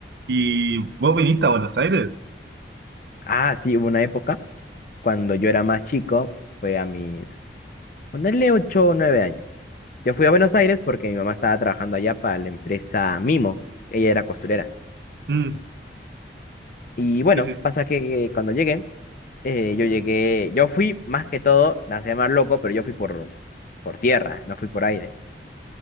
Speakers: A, on the right; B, on the left.
A: ¿Y vos viniste a Buenos Aires?
B: Ah, sí, hubo una época cuando yo era más chico, fue a mis, ponerle 8 o nueve años. Yo fui a Buenos Aires porque mi mamá estaba trabajando allá para la empresa Mimo. Ella era costurera.
A: Mm,
B: Y bueno,
A: sí, sí.
B: pasa que cuando llegué, eh, yo llegué, yo fui más que todo, la hacía más loco, pero yo fui por, por tierra, no fui por aire.